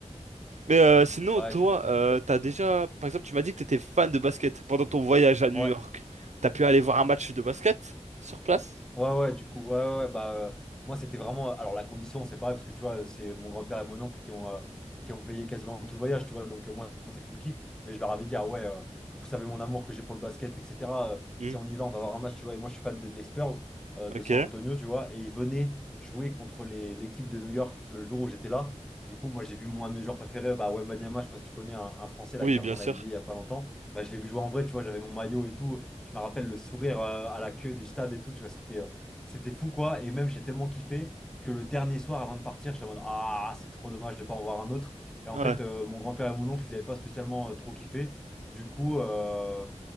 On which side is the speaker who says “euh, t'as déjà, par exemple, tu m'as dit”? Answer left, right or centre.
Right